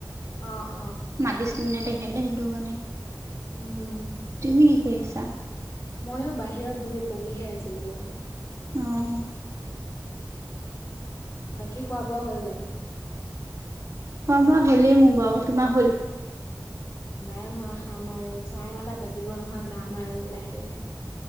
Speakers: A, on the left; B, on the right.
A: অ অ
B: মাদিছ নেদেখে দে সেইটো কাৰণে
A: উম
B: তুমি কি কৰিছা?
A: মইয়ো বাহিৰত বহি পঢ়িহে আছিলো অকণ
B: অ
A: বাকী খোৱা বোৱা হ'ল জানো?
B: খোৱা বোৱা হ'লেই মোৰ বাৰু তোমাৰ হ'ল
A: নাই হোৱা খাম আৰু চাৰে নটা বাজিব নহয় যাম আৰু লাহে লাহে।